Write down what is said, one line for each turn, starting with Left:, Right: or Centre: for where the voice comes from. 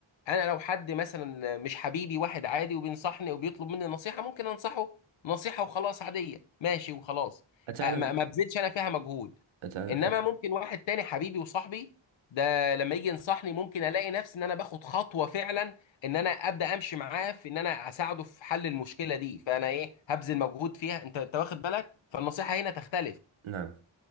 Left: انا لو حد مثلا مش حبيبي واحد عادي وبينصحني وبيطلب مني نصيحه ممكن انصحه نصيحه وخلاص عاديه ماشي وخلاص
Right: أتعلم
Left: أ- ما ما بذلش انا فيها مجهود
Right: أتعلم
Left: انما
Right: أت...
Left: ممكن واحد تاني حبيبي وصاحبي ده لما يجي ينصحني ممكن الاقي نفسي ان انا باخد خطوه فعلا ان انا ابدا امشي معاه في ان انا اساعده في حل المشكله دي فانا ايه هبذل مجهود فيها انت انت واخد بالك فالنصيحه هنا تختلف
Right: نعم